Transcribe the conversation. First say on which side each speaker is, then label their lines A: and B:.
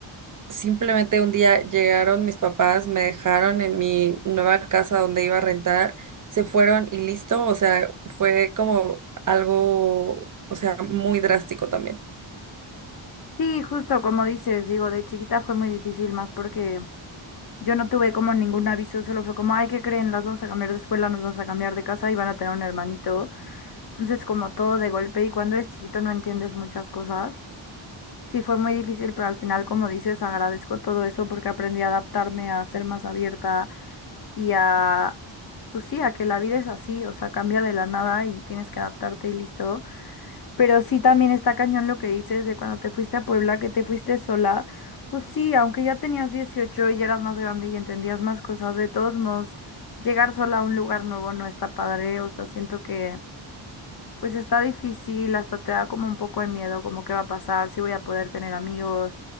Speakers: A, on the right (about 40°); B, on the left (about 50°).
A: Simplemente un día llegaron mis papás, me dejaron en mi nueva casa donde iba a rentar, se fueron y listo, o sea, fue como algo, o sea, muy drástico también.
B: Sí, justo como dices, digo, de chiquita fue muy difícil más porque yo no tuve como ningún aviso, solo fue como, ay, ¿qué creen? Las vamos a cambiar de escuela, nos vamos a cambiar de casa y van a tener un hermanito. Entonces, como todo de golpe y cuando eres chiquito no entiendes muchas cosas. Sí, fue muy difícil, pero al final, como dices, agradezco todo eso porque aprendí a adaptarme, a ser más abierta y a, pues sí, a que la vida es así, o sea, cambia de la nada y tienes que adaptarte y listo. Pero sí también está cañón lo que dices de cuando te fuiste a Puebla, que te fuiste sola. Pues sí, aunque ya tenías 18 y ya eras más grande y entendías más cosas, de todos modos, llegar sola a un lugar nuevo no está padre. O sea, siento que pues está difícil, hasta te da como un poco de miedo, como qué va a pasar, si voy a poder tener amigos,